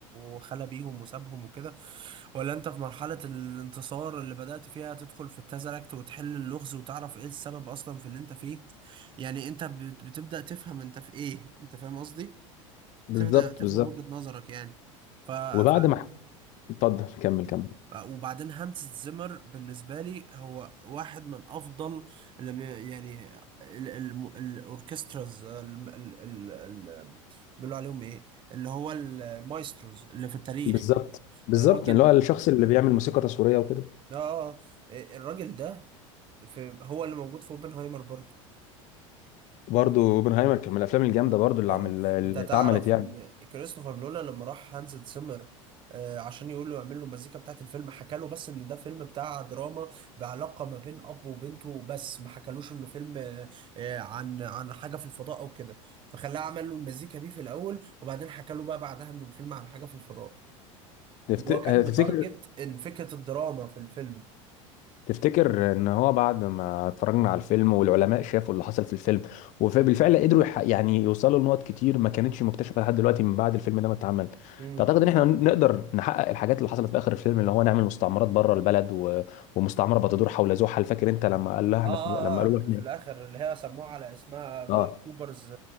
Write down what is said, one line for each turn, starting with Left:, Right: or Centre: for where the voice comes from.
Right: وخلى بيهم وسابهم وكده ولا انت في مرحلة الانتصار اللي بدأت فيها تدخل في التزركت وتحل اللغز وتعرف ايه السبب اصلا في اللي انت فيه يعني انت بت- بتبدأ تفهم انت في ايه انت فاهم قصدي
Left: بالظبط
Right: تبدأ تفهم
Left: بالظبط
Right: وجهة نظرك يعني ف... ف...
Left: وبعد ما اتفضل كمل كمل
Right: وبعدين هانس زيمر بالنسبة لي هو واحد من أفضل لم ي- يعني ال... ال... الأوركستراز الم- ال... ال... ال... بيقولوا عليهم إيه اللي هو ال- المايستروز اللي في التاريخ
Left: بالظبط
Right: يعني
Left: بالظبط
Right: راجل
Left: اللي هو الشخص اللي بيعمل موسيقى تصويرية وكده
Right: آه آه، الراجل ده في هو اللي موجود في اوبنهايمر برضه
Left: برضه اوبنهايمر كان من الافلام الجامدة برضه اللي
Right: اه
Left: عمل
Right: اه
Left: اللي
Right: انت هتعرف
Left: اتعملت يعني
Right: ان كريستوفر نولان لما راح هانز زيمر آه عشان يقول له يعمل له المزيكا بتاعت الفيلم حكى له بس ان ده فيلم بتاع دراما بعلاقه ما بين اب وبنته بس ما حكالوش انه فيلم آه آه، عن عن حاجه في الفضاء او كده فخلاه عمل له المزيكا دي في الاول وبعدين حكى له بقى بعدها انه الفيلم عن حاجه في الفضاء
Left: تفت...
Right: اللي هو كان متارجت
Left: تفتكر
Right: فكره الدراما في الفيلم
Left: تفتكر ان هو بعد ما اتفرجنا على الفيلم والعلماء شافوا اللي حصل في الفيلم وبالفعل قدروا يح- يعني يوصلوا لنقط كتير ما كانتش مكتشفة لحد دلوقتي من بعد الفيلم ده ما اتعمل
Right: مم.
Left: تعتقد ان احنا نقدر نحقق الحاجات اللي حصلت في اخر الفيلم اللي هو نعمل مستعمرات بره البلد و... ومستعمرة بتدور حول زحل فاكر انت لما قال لها احنا
Right: اه اه
Left: في... لما قالوا
Right: اه اللي
Left: له احنا
Right: في الاخر اللي هي سموها على اسمها ما-
Left: اه
Right: كوبرز